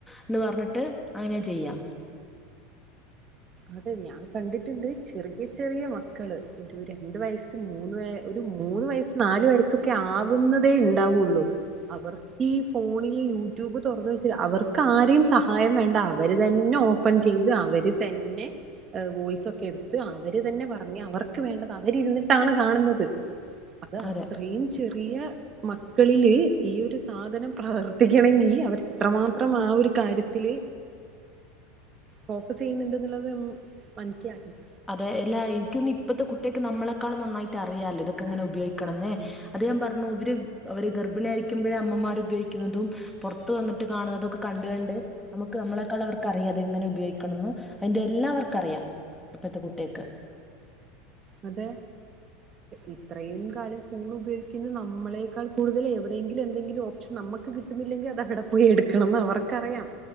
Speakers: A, in the centre; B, on the right.
A: എന്ന് പറഞ്ഞിട്ട് അങ്ങനെ ചെയ്യാ.
B: അത് ഞാൻ കണ്ടിട്ടുണ്ട്. ചെറിയ ചെറിയ മക്കള് ഒരു രണ്ടു വയസ് മൂന്ന് വ ഒരു മൂന്ന് വയസ് നാല് വയസ്സൊക്കെ ആവു ന്നതേ ഉണ്ടാവുള്ളൂ. അവർക്ക് ഈ ഫോണില് യൂട്യൂബ് തൊറന്നു വെച് <unintelligible> അവർക്ക് ആരെയും സഹായം വേണ്ട. അവര് തന് നെ ഓപ്പൺ ചെയ്ത് അവര് തന്നെ വ ഒക്കെ എടുത്ത് അവര് തന്നെ പറഞ്ഞഞ് അവർക്ക് വേണ്ടത് അവരിരുന്നിട്ടാണ് കാണുന്നത് അത് അത്രയും
A: അതെ
B: ചെറിയ മക്കളില് ഈ ഒരു സാധനം പ്രവർത്തിക്കണമെങ്കിൽ അവര്ത്രമാത്രം ആ ഒരു കാര്യത്തില് ഫോക്കസ് ചെയ്യുന്നുണ്ട് എന്നുള്ളത് നമ്മ- മനസ്സിലാക്കണം
A: അതെ എല്ലാ എനിക്കൊന്ന ഇപ്പഴത്തെ കുട്ടികക്ക് നമ്മളെക്കാൾ നന്നായിട്ട് അറിയല്ലോ ഇതൊക്കെ എങ്ങനെ ഉപയോഗിക്കണംന്നേ അത് ഞാൻ പറഞ്ഞു ഇവര് അവര് ഗർഭിണി ആയിരിക്കുമ്പോഴേ അമ്മമാർ ഉപയോഗിക്കുന്നതും പുറത്ത്ു വന്നിട്ട് കാണുന്നതും ഒക്കെ കണ്ടുകണ്ട് നമുക്ക് നമ്മളെക്കാൾ അവർക്ക് അറിയാംത്െങ്ങനെ ഉപയോഗിക്കണംന്ന് അതിന്റെ എല്ലാവർക്ക അറിയാം ഇപ്പഴത്തെ കുട്ടികക്ക്
B: അതെ ഇത്രയും കാലം ഫോൺ ഉപയോഗിക്കുന്ന നമ്മളെക്കാൾ കൂടുതൽ എവിടെയെങ്കിലും എന്തെങ്കിലും ഓപ്ഷൻ നമ്മുക്ക് കിട്ടുന്നില്ലെങ്കിൽ അത അവിടെ പോയി എടുക്കണംന്ന് അവർക്കറിയാം